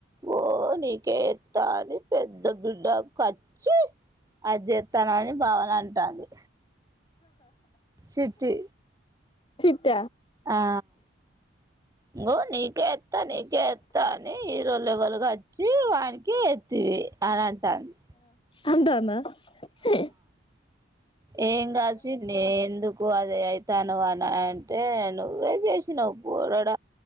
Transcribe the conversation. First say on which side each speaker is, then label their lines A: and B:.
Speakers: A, on the right (about 15°); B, on the left (about 25°).
A: ఓ నీకే ఎత్తా అని పెద్ద బిడ్డ కచ్చి అది చేత్తానని బావన అంటాంది. చిట్టి
B: చిట్ట
A: ఆ ఇగో నీకే ఎత్తా నీకేత్తా అని హీరో లెవెల్ గ వచ్చి వానికి ఎత్తివి అని అంటాండు.
B: అంటుందా హ
A: ఏం కాదు శ్రీ ఎందుకు అదే ఆయితు తను అన అంటే నువ్వే చేసినవ్ పోరడ